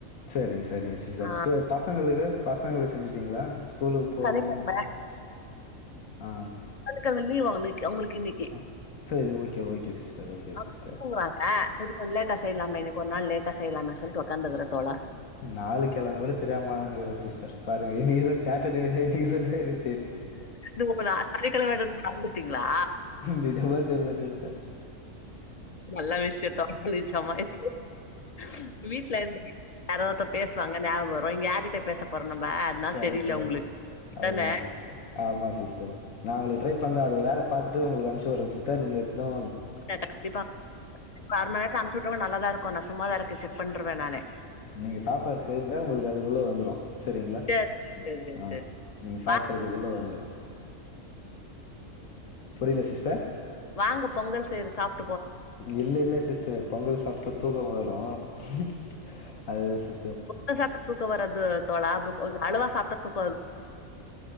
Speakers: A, on the left; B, on the left.
A: சரிங் சரிங்க சிஸ்
B: ஆ
A: அப்ப பசங்களுக்கு பசங்ளு செஞ்சுடீங்ளா ஸ்கூலுக்கு போனு
B: சனிக்கெழம
A: ஆ
B: சனிக்கெழம லீவா இன்னைக்கி அவுங்களுக் இன்னைக்கி
A: ஆ சரி ஓகே ஓகே சிஸ்டர் ஓகே
B: ஆ
A: சிஸ்டர்
B: தூங்குறாங்க சரி கொஞ்ச லேட்டா செய்லாமே இன்னிக் ஒர் நாள் லே ட்டா செய்லாமே சொல்ட்டு ஒக்காந்துக்குற தோழா
A: நாலு கெழம கூட தெரியாம உட்காந்துகுனுகிற சிஸ்டர் பாருங்க இன்னிகிதா சேட்டர்டேனே நீங்க சொல்லிதா எனக்
B: இது உங்களா சனிக்கிழமன்றதே மறந்துட்டீங்களா
A: நிஜமா தெர்ல சிஸ்டர்
B: நல்ல விஷ்யந்தா உங்ளுக்கு செம இது வீட்ல இருந்துமே இன்னொர்த்த பேஸ்வாங்க ஞாபகவரு இங்க யாரிட்ட பேச போரு நம்ப அதுனால
A: கரெக்ட்டுதா
B: தெரில உங்ளுக்கு அதான
A: அதுதா சிஸ்டர் ஆமா சிஸ்டர் நா அவங்ளுக்கு ட்ரை பண்ற அது வேல பாத்துட்டு உங்குளுகு அனுப்ச் போற சிஸ்டர் நீங்க இப்பதா
B: அ கண்டிப்பா இப்ப அரமண்நேரத்துல அம்ச்சுட்ருவ நல்லாதா இருக் கு நா சும்மாதாருக்கு செக் பண்ற்ருவ நானு
A: நீங்க சாப்பாடு செய்யுங்க உங்களுக்கு அதுக்குள்ள வந்துரு சரிங்ளா
B: சேரி சேரி சேரி
A: ஆ
B: சேரி
A: நீங்க சாப்புறதுக்குள்ள
B: வா
A: வந்துரு புரில சிஸ்டர்
B: வாங்க பொங்கல் செய்ற சாப்
A: இல்ல இல்ல சிஸ்டர் பொங்கல் சாப்ட்டா தூக்கமா வந் துரு அதுதா சிஸ்
B: பொங்கல் சாப்ட்டா தூக்கோ வராது து தோழா கொஞ் அளவா சாப்ட்டா தூக்